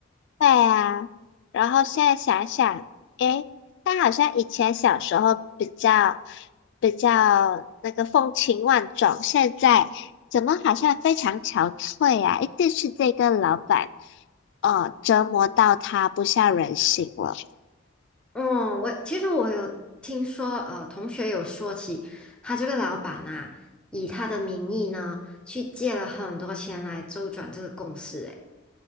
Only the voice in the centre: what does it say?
嗯，我其实我有听说，呃，同学有说起他这个老板啊，以他的名义呢，去借了很多钱来周转这个公司诶。